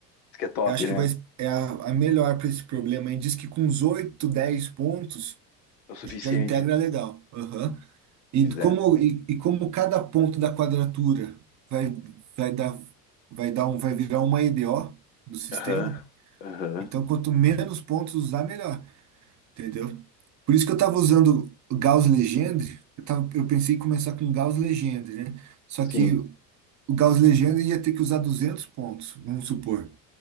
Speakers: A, on the left; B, on the right.
A: Isso que é top,
B: eu acho que
A: né?
B: vai, é a, a melhor para esse problema. E diz que com uns 8 10 pontos
A: É o suficiente.
B: já integra legal. Aham.
A: Pois
B: E
A: é.
B: como, e, e como cada ponto da quadratura vai, vai dar, vai dar um, vai virar uma EDO do sistema,
A: Aham. Aham.
B: então quanto menos pontos usar, melhor. Entendeu? Por isso que eu estava usando o Gauss Legendre, eu, tava, eu pensei em começar com Gauss Legendre, né? Só
A: Sim.
B: que o Gauss Legenda ia ter que usar 200 pontos, vamos supor.